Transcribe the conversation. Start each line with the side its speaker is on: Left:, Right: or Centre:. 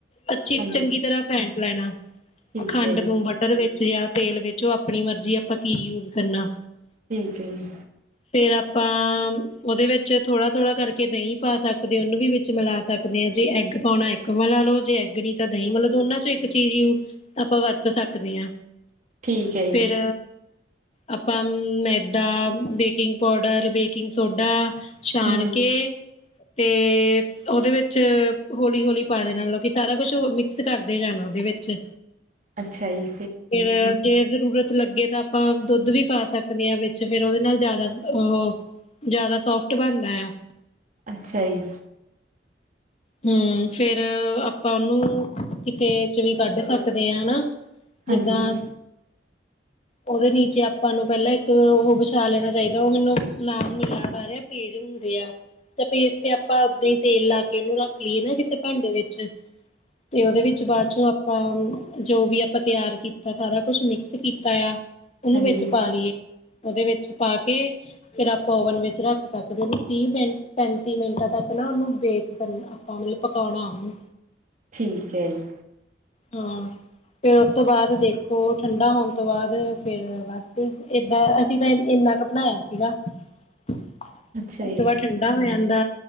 Left: ਅੱਛੀ
Right: ਹਾਂਜੀ
Left: ਚੰਗੀ ਤਰ੍ਹਾਂ ਫੈਟਣਾ ਲੈਣਾ
Right: ਠੀਕ
Left: ਖੰਡ
Right: ਹੈ ਜੀ।
Left: ਨੂੰ ਬਟਰ ਵਿੱਚ ਜਾਂ ਤੇਲ ਵਿੱਚੋ ਆਪਣੀ ਮਰਜ਼ੀ ਆਪਾਂ ਕੀ ਯੂਜ ਕਰਨਾ।
Right: ਠੀਕ ਹੈ ਜੀ।
Left: ਫੇਰ ਆਪਾਂ ਉਹਦੇ ਵਿੱਚ ਥੋੜਾ ਥੋੜ੍ਹਾ ਕਰਕੇ ਦਹੀਂ ਪਾ ਸਕਦੇ ਉਹਨੂੰ ਵੀ ਵਿੱਚ ਮਿਲਾ ਸਕਦੇ ਹਾਂ ਜੇ ਐੱਗ ਪਾਉਣਾ ਇੱਕ ਮਿਲਾ ਲਓ ਜੇ ਐੱਗ ਨੀ ਤਾਂ ਦਹੀਂ ਮਤਲਓ ਦੋਨਾਂ ਚ ਇੱਕ ਚੀਜ਼ ਆਪਾਂ ਵਰਤ ਸਕਦੇ ਤੱਕਦੇ ਹਾਂ
Right: ਠੀਕ ਹੈ ਜੀ
Left: ਫੇਰ ਆਪਾਂ ਮੈਦਾ, ਬੇਕਿੰਗ ਪਾਊਡਰ, ਬੇਕਿੰਗ ਸੋਡਾ ਛਾਣ
Right: ਹਮ
Left: ਕੇ ਤੇ ਉਹਦੇ ਵਿੱਚ ਹੌਲੀ ਹੌਲੀ ਪਾ ਦੇਣਾ ਮਤਲਬ ਕਿ ਸਾਰਾ ਕੁਛ ਮਿਕਸ ਕਰਦੇ ਜਾਣਾ ਉਹਦੇ ਵਿੱਚ
Right: ਅੱਛਾ ਜੀ
Left: ਫਿਰ ਜੇ ਜ਼ਰੂਰਤ ਲੱਗੇ ਤਾਂ ਆਪਾਂ ਦੁੱਧ ਵੀ ਪਾ ਸਕਦੇ ਹਾਂ ਵਿੱਚ ਫੇਰ ਉਹਦੇ ਨਾਲ ਜ਼ਿਆਦਾ ਉਹ ਜ਼ਿਆਦਾ ਸੋਫਟ ਬਣਦਾ ਆ।
Right: ਅੱਛਾ ਜੀ।
Left: ਹੂੰ ਫੇਰ ਆਪਾਂ ਉਹਨੂੰ ਕਿਸੇ 'ਚ ਵੀ ਕੱਢ ਸਕਦੇ ਹਾਂ ਹਨਾ। ਜਿਦਾਂ
Right: ਹਾਂਜੀ
Left: ਉਹਦੇ ਨੀਚੇ ਆਪਾਂ ਨੂੰ ਪਹਿਲਾਂ ਇੱਕ ਉਹ ਵਿਛਾ ਲੈਣਾ ਚਾਹੀਦਾ ਉਹ ਮੈਨੂੰ ਨਾਮ ਨੀ ਯਾਦ ਆ ਰਿਹਾ ਪੇਜ ਹੁੰਦੇ ਆ ਤੇ ਪੇਜ ਤੇ ਆਪਾਂ ਉਦਾਂ ਹੀ ਤੇਲ ਲਾ ਕੇ ਉਹਨੂੰ ਰੱਖ- ਖੀਰ ਨਾ ਕਿਸੇ ਭਾਂਡੇ ਵਿੱਚ ਤੇ ਉਹਦੇ ਵਿੱਚ ਬਾਅਦ ਚੋਂ ਆਪਾਂ ਜੋ ਵੀ ਆਪਾਂ ਤਿਆਰ ਕੀਤਾ ਸਾਰਾ ਕੁਛ ਮਿਕਸ ਕੀਤਾ ਆ। ਉਹਨੂੰ
Right: ਹਾਂਜੀ
Left: ਵਿੱਚ ਪਾ ਲਈਏ। ਉਹਦੇ ਵਿੱਚ ਪਾ ਕੇ ਫੇਰ ਆਪਾਂ ਓਵਨ ਵਿੱਚ ਰੱਖ ਸਕਦੇ ਉਹਨੂੰ ਤੀਹ ਮਿੰਟ ਪੈਂਤੀ ਮਿੰਟਾਂ ਤੱਕ ਨਾ ਉਹਨੂੰ ਬੇਕ ਕਰਨ, ਆਪ ਮਤਲਬ ਪਕਾਣਾ ਉਹਨੂੰ
Right: ਠੀਕ ਹੈ ਜੀ,
Left: ਹਾਂ ਫੇਰ ਉਹ ਤੋ ਬਾਅਦ ਦੇਖੋ ਠੰਢਾ ਹੋਣ ਤੋਂ ਬਾਅਦ ਫੇਰ ਬਸ ਏਦਾਂ ਅਸੀਂ ਤਾਂ ਇੰਨਾ ਕੁ ਬਣਾਇਆ ਸੀਗਾ। ਉਸ
Right: ਅੱਛਾ ਜੀ
Left: ਤੋਂ ਬਾਅਦ ਠੰਡਾ ਹੋ ਜਾਂਦਾ।